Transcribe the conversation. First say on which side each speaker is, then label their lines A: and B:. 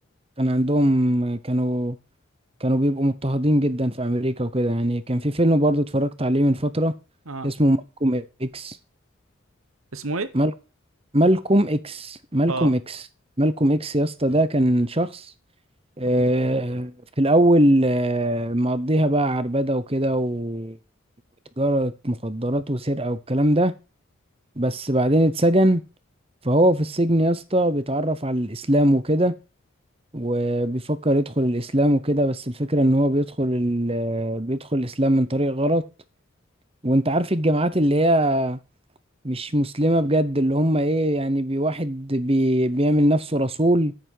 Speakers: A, on the right; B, on the right.
A: كان عندهم كانوا كانوا بيبقوا مضطهدين جدا في أمريكا وكده يعني كان في فيلم برضو اتفرجت عليه من فترة
B: اه
A: اسمه مالكوم إكس
B: اسمه ايه
A: مال... مالكوم إكس مالكوم
B: اه
A: إكس مالكوم إكس يا اسطى ده كان شخص آه، في الأول آه، مقضيها بقى عربدة وكده و- وتجارة مخدرات وسرقة والكلام ده بس بعدين اتسجن فهو في السجن يا اسطى بيتعرف على الإسلام وكده وبيفكر يدخل الإسلام وكده بس الفكرة إن هو بيدخل ال... آه، بيدخل الإسلام من طريق غلط وأنت عارف الجامعات اللي هي مش مسلمة بجد اللي هم إيه يعني بي- واحد بي... بيعمل نفسه رسول